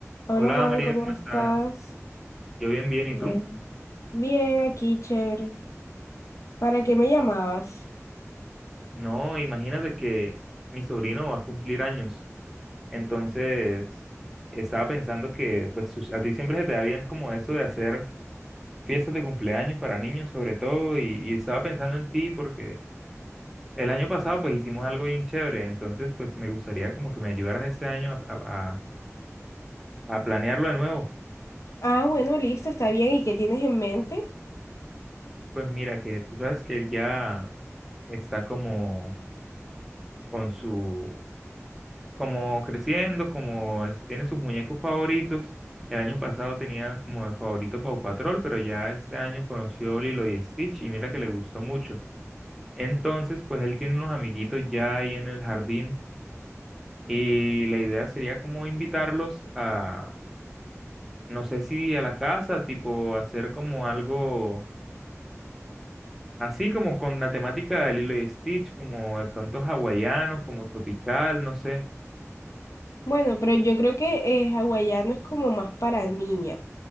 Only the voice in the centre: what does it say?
Hola
María,
¿cómo estás?
Yo bien, bien, ¿y
tú?
No, imagínate que mi sobrino va a cumplir años, entonces estaba pensando que pues sus- a ti siempre se te da bien como eso de hacer fiestas de cumpleaños para niños sobre todo y, y estaba pensando en ti porque el año pasado pues hicimos algo bien chévere, entonces pues me gustaría como que me ayudaras este año a, a, a a planearlo de nuevo.
Pues mira que tú sabes que él ya está como con su como creciendo, como es- tiene sus muñecos favoritos. El año pasado tenía como de favorito Paw Patrol, pero ya este año conoció Lilo y Stitch y mira que le gustó mucho. Entonces, pues él tiene unos amiguitos ya ahí en el jardín y la idea sería como invitarlos a, no sé si a la casa, tipo hacer como algo así como con la temática de Lilo y Stitch, como de pronto hawaiano, como tropical, no sé.